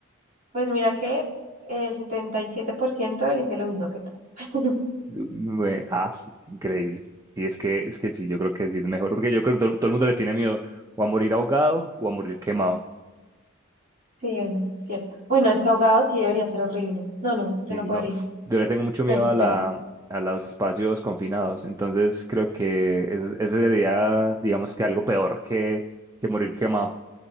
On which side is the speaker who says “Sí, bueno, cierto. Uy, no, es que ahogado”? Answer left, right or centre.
Right